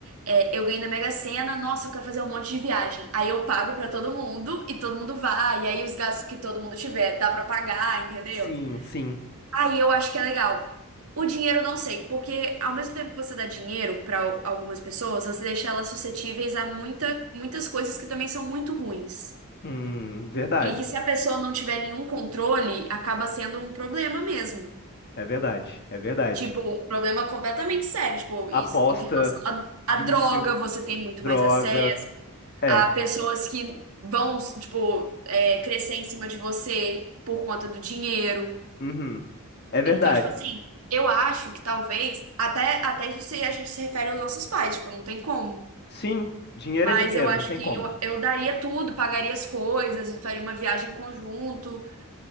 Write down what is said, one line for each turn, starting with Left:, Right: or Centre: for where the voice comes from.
Right: é, eu ganhei na Mega Sena, nossa, eu quero fazer um monte de viagem. Aí eu pago pra todo mundo e todo mundo vai. E aí os gastos que todo mundo tiver dá pra pagar, entendeu?
Left: Sim, sim.
Right: Aí eu acho que é legal. O dinheiro eu não sei, porque ao mesmo tempo que você dá dinheiro pra al- algumas pessoas, você deixa elas suscetíveis a muita, muitas coisas que também são muito ruins.
Left: Hum, verdade.
Right: E que se a pessoa não tiver nenhum controle, acaba sendo um problema mesmo.
Left: É verdade. É verdade.
Right: Tipo, um problema completamente sério. Tipo,
Left: Aposta,
Right: isso, em relação à
Left: vício,
Right: à droga, você tem muito
Left: droga.
Right: mais acesso.
Left: É.
Right: Há pessoas que vão, tipo, é, crescer em cima de você por conta do dinheiro.
Left: Uhum. É verdade.
Right: Então, tipo assim, eu acho que talvez, até, até isso se a gente se refere aos nossos pais, tipo, não tem como.
Left: Sim, dinheiro
Right: Mas
Left: é dinheiro,
Right: eu acho
Left: não tem
Right: que
Left: como.
Right: eu, eu daria tudo, pagaria as coisas, faria uma viagem em conjunto,